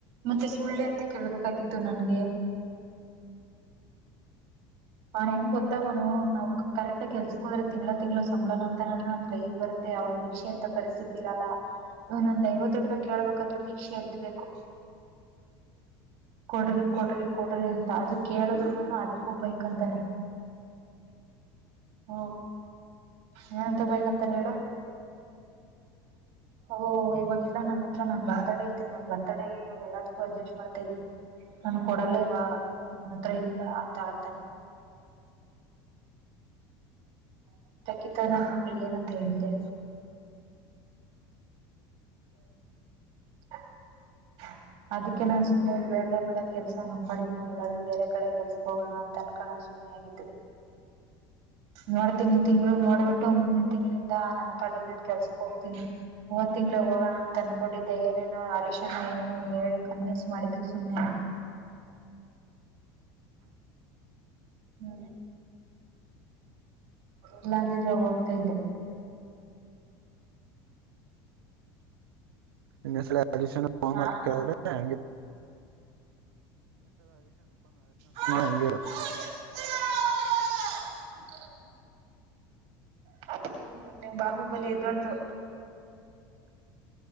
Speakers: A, on the right; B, on the right.
A: ಮತ್ತೆ ಸುಳ್ ಎಂತಕ್ ಹೇಳ್ಬೇಕಾಗಿತ್ತು ನನ್ಗೆ? ಅವ ಹೆಂಗ್ ಗೊತ್ತಾವನು ನಾವ್ಕ ಕರೆಕ್ಟ ಕೆಲ್ಸಕ್ ಹೋದ್ರೆ ತಿಂಗ್ಳ ತಿಂಗ್ಳ ಸಂಬಳನ ಅಂತನಾದ್ರೂ ನಮ್ ಕೈಗೆ ಬರುತ್ತೆ ಅವ್ರ್ನ ಭಿಕ್ಷೆ ಎತ್ತ ಪರಿಸ್ಥಿತಿ ಇರಲ್ಲ. ಇವ್ನ ಒಂದ್ ಐವತ್ತು ರೂಪಾಯಿ ಕೇಳ್ಬೇಕಂದ್ರೆ ಭಿಕ್ಷೆ ಎತ್ಬೇಕು. ಕೊಡ್ರಿ ಕೊಡ್ರಿ ಕೊಡ್ರಿ ಅಂತ ಅದು ಕೇಳುದ್ರುನು ಅದಕ್ಕೂ ಬೈಕಂತಾನೆ. ಹ್ಮ ಏನಂತ ಬೈಕೊಂತಾನೆ ಹೇಳು? ಓಹೊ ಇವಾಗಿಲ್ಲ ನನ್ನ ಹತ್ರ ನನ್ ಬರ್ತಡೆ ಐತೆ ನನ್ ಬರ್ತಡೆಗೆ ಇವಾಗ ಎಲ್ಲದಕ್ಕೂ ಅಡ್ಜಸ್ಟ ಮಾಡ್ತ ಇದೀನಿ. ನನ್ ಕೊಡಲ್ಲ ಇವಾಗ ನನ್ನ ಹತ್ರ ಇಲ್ಲ ಅಂತ ಆಡ್ತಾನೆ. <unintelligible> ನನ್ ಮಕ್ಳಿಗೆ ಏನಂತ ಹೇಳಿದ್ದೆ? <unintelligible> ಅದಕ್ಕೆ ನಾನ್ ಸುಮ್ನೆ ಬೇಡ್ವೇ ಬೇಡ ಈ ಕೆಲ್ಸ ನಮ್ ಪಾಡಿಗ್ ನಾವ್ ಎಲ್ಲಾದ್ರೂ ಬೇರೆ ಕಡೆ ಕೆಲ್ಸಕ್ ಹೋಗೋಣ ಅಂತ ಅನ್ಕೋಣ <unintelligible> <unintelligible> ಆಗಿದ್ದು. ನೋಡ್ತೀನಿ ಈ ತಿಂಗಳು ನೋಡ್ಬಿಟ್ಟು ಮುಂದಿನ ತಿಂಗಳಿಂದ ನನ್ ಪಾಡಿಗ್ ನಾನ್ ಕೆಲ್ಸಕ್ ಹೋಗ್ತೀನಿ. ಹೋದ್ ತಿಂಗ್ಳೆ ಹೋಗೋಣ ಅಂತ ಅನ್ಕೊಂಡಿದ್ದೆ ಏನೇನೋ ಹರೀಶಣ್ಣ ಏನೇನೋ ಹೇಳಿ ಕನ್ವೀನ್ಸ ಮಾಡಿದಕ್ ಸುಮ್ನೆ ಆದೆ. ಹ್ಮ ಇಲ್ಲಾ ಅಂದಿದ್ರೆ ಹೋಗ್ತಾ ಇದ್ದೆ.
B: <unintelligible> ಇನ್ನೊಂದಲ ಹರೀಶಣ್ಣನ್ ಫೋನ್
A: ಹಾ
B: ಹರೀಶಣ್ಣ ಫೋನ್ ಮಾಡಿದ್ರೆ
A: ಹ್ಮ್
B: ಹಂಗೆ ಹೇಳು.
A: <inaudible> ಹ್ಮ ನಿಮ್ ಬಾಹುಬಲಿ ಏದೋಳ್ತು.